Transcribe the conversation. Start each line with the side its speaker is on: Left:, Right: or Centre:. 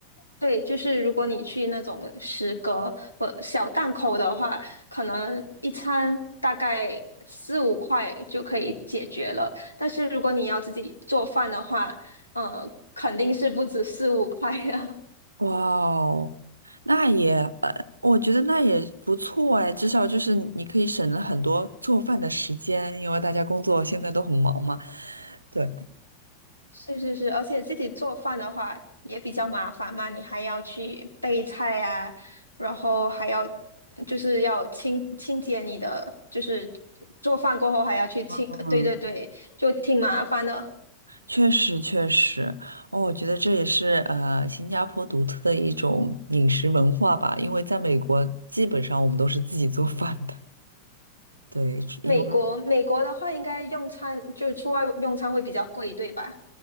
Left: 对，就是如果你去那种食阁或小档口的话，可能一餐大概四五块就可以解决了。但是如果你要自己做饭的话，呃，肯定是不止四五块的。
Right: 哇哦，那也，呃，我觉得那也不错哎，至少就是你可以省了很多做饭的时间，因为大家工作现在都很忙嘛。对，
Left: 是是是，而且自己做饭的话也比较麻烦嘛，你还要去备菜啊，然后还要就是要清清洁你的，就是做饭过后还要去清，
Right: 嗯，
Left: 呃对对对，就挺麻烦的。
Right: 确实确实，哦，我觉得这也是呃新加坡独特的一种饮食文化吧，因为在美国基本上我们都是自己做饭的。对，
Left: 美国美国的话，
Right: 因为
Left: 应该用餐就是出外用餐会比较贵，对吧？